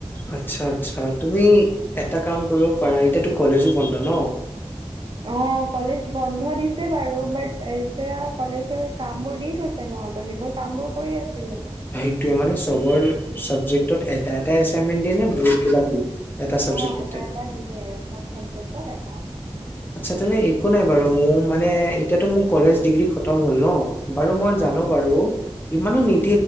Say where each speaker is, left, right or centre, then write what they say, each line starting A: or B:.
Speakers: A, on the left; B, on the right.
A: আচ্ছা আচ্ছা, তুমি এটা কাম কৰিব পাৰা এতিয়াতো কলেজো বন্ধ ন?
B: অ কলেজ বন্ধ দিছে বাৰু বাট এতিয়া কলেজৰ কাম বোৰ দি থৈছে ন ত সেইবোৰ কাম বোৰ কৰি আছো।
A: সেইটোয়ে মানে চবৰ চাবজেক্টত এটা এটাই আছে। এছাইনমেণ্ট দিয়ে নে বহুত কিবাকিবি? এটা চাবজেক্টতে,
B: অ', এটা এটা দিয়ে চব চাবজেক্টত এটা এটা
A: আচ্ছা তেনে একো নাই বাৰু মোৰ মানে এতিয়াতো মোৰ কলেজ ডিগ্ৰী খতম হ'ল ন। বাৰু মই
B: অ',
A: জানো বাৰু, ইমানো
B: উম,
A: নি